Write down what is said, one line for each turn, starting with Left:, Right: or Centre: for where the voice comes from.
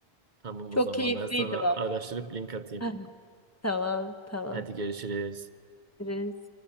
Right: Tamam
Left: Çok
Right: o zaman
Left: keyifliydi
Right: ben sana
Left: valla.
Right: araştırıp link atayım.
Left: <laughs> Tamam tamam.
Right: Hadi görüşürüz.
Left: Görüşürüz.